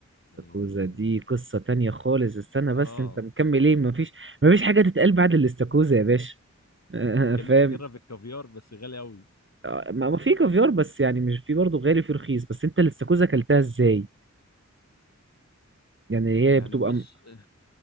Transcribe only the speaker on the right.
استاكوزا
دي قصة تانية خالص استنى بس
انت مكمل ايه مفيش مفيش حاجة تتقال بعد الاستاكوزا يا باشا <laughs>
فاهم
آه، ما ما في كافيار بس يعني مش في برضه غالي وفي رخيص بس انت الاستاكوزا اكلتها ازاي يعني
هي بتبقى
م...